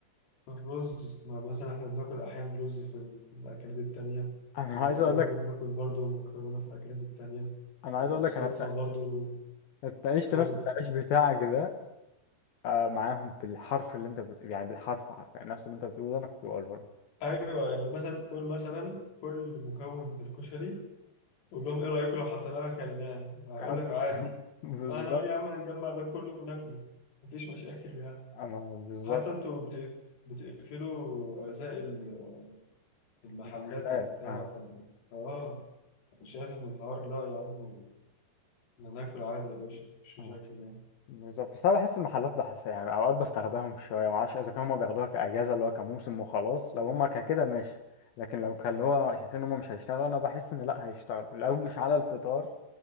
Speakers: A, on the left (about 85°); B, on the left (about 65°).
A: الرز ما مثلا احنا بناكل احيانا رز في ال- في الاكلات التانية
B: <laughs> أنا
A: المكرونة
B: عايز أقول لك
A: بناكل برضو مكرونة في الاكلات التانية
B: أنا عايز
A: الصلصة
B: أقول لك أنا اتنا-
A: برضو
B: اتناقشت
A: قول
B: نفس التناقش بتاعك ده آه، معاهم بالحرف اللي أنت بت... يعني بالحرف عارف يعني نفس اللي أنت بتقوله ده أنا كنت بقوله لهم
A: ايوه يعني مثلا قول مثلا كل مكون في الكشري قول لهم ايه رايكم لو حطيناه اكلناه هيقول
B: آه،
A: لك
B: بس-
A: عادي
B: <laughs> بالظبط
A: فانا اقول يا عم هنجمع ده كله وناكله مفيش مشاكل يعني
B: أنا بالظبط
A: حتى انتوا بت- بتقفلوا ارزاق ال- المحلات
B: محلات
A: وبتاع
B: آه.
A: ف... اه أنا شايف ان الحوار لا يا عم احنا ناكل عادي يا باشا مفيش مشاكل
B: آه.
A: يعني
B: بالظبط بس انا بحس المحلات بحس يعني اوقات بستخدمهم شويه معرفش اذا كانوا هما بياخدوها كاجازه اللي هو كموسم وخلاص لو هما كده ماشي لكن لو كان اللي هو شايفين ان هما مش هيشتغلوا انا بحس ان لا هيشتغلوا لو مش على الفطار